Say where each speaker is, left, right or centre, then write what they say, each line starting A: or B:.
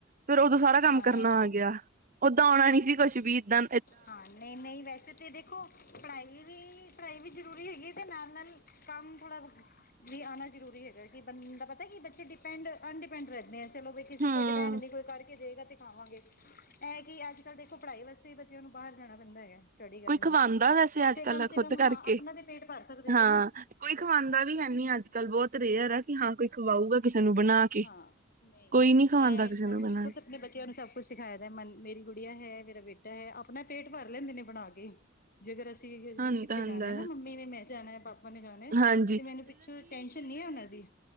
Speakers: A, on the right; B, on the left.
A: ਫੇਰ ਉਦੋ ਸਾਰਾ ਕਮ
B: ਹਾਂ
A: ਕਰਨਾ ਆ ਗਿਆ। ਉਦਾਂ ਆਉਣਾ ਨੀ ਸੀ ਕੁਛ ਵੀ, ਏਦਾ
B: ਹਾਂ, ਨਈ-ਨਈ ਵੈਸੇ ਤੇ ਦੇਖੋ ਪੜ੍ਹਾਈ ਵੀ, ਪੜ੍ਹਾਈ ਵੀ ਜਰੂਰੀ ਹੈਗੀ ਏ, ਤੇ ਨਾਲ-ਨਾਲ ਕਮ ਥੋੜਾ ਬ ਵੀ ਆਉਣਾ ਜਰੂਰੀ ਹੈਗਾ, ਕਿ ਬੰਦਾ ਪਤਾ ਕਿ ਬੱਚੇ ਡਿਪੈਂਡ, ਅਨਡੀਪੈਂਡ ਰਹਿਦੇ ਐ। ਚਲੋ ਬਈ ਕਿਸੇ
A: ਹਮ
B: ਉਪਰ ਡਿਪੈਂਡ ਨੀ, ਕੋਈ ਕਰਕੇ ਦੇਗਾ ਤੇ ਖਾਵਾਂਗੇ। ਏਹ ਹੈ ਕਿ ਅਜ ਕਲ ਦੇਖੋ ਪੜ੍ਹਾਈ ਵਾਸਤੇ ਈ ਬੱਚੇਆ ਨੂੰ ਬਾਹਰ ਜਾਣਾ ਪੈਦਾ ਹੈਗਾ। ਸਟੱਡੀ ਕਰਨ
A: ਕੋਈ ਖਵਾਉਂਦਾ
B: ਵਾਸਤੇ,
A: ਵੈਸੇ
B: ਉਥੇ
A: ਅੱਜ
B: ਕਮ
A: ਕੱਲ
B: ਸੇ
A: ਖੁਦ
B: ਕਮ
A: ਕਰਕੇ
B: ਹਾਂ ਆਪਣਾ ਤੇ ਪੇਟ ਭਰ ਸਕਦੇ
A: ਹਾਂ
B: ਜੇ ਨਾ?
A: ਕੋਈ ਖਵਾਂਦਾ ਵੀ ਹੈ ਨੀ ਅਜ ਕਲ, ਬੌਤ ਰੇਅਰ ਐ ਕਿ ਹਾਂ ਕੋਈ ਖਵਾਊਗਾ ਕਿਸੇ ਨੂੰ ਬਣਾ ਕੇ
B: ਹਾਂ, ਨਈ
A: ਕੋਈ ਨੀ ਖਵਾਉਂਦਾ
B: ਏਹ
A: ਕਿਸੇ ਨੂੰ
B: ਅਸੀ
A: ਬਣਾ
B: ਖੁੱਦ ਆਪਣੇ ਬੱਚਿਆਂ ਨੂੰ ਸਭ ਕੁਛ ਸਿਖਾਇਆ ਦਾ ਏ, ਮਨ ਮੇਰੀ ਗੁੜੀਆ ਹੈ, ਮੇਰਾ ਬੇਟਾ ਹੈ, ਆਪਣਾ ਪੇਟ ਭਰ ਲੈਂਦੇ ਨੇ ਬਣਾ ਕੇ। ਜੇਕਰ ਅਸੀ ਅ
A: ਹੁੰਦਾ
B: ਕਿਥੇ
A: ਹੁੰਦਾ
B: ਜਾਣਾ ਹੈ ਨਾ, ਮੰਮੀ ਨੇ, ਮੈ ਜਾਣਾ ਏ, ਪਾਪਾ ਨੇ ਜਾਣਾ ਏ
A: ਹਾਂਜੀ
B: ਤੇ ਮੈਨੂੰ ਪਿਛੋਂ ਟੈਸ਼ਨ ਨਈ ਏ ਉਹਨਾ ਦੀ।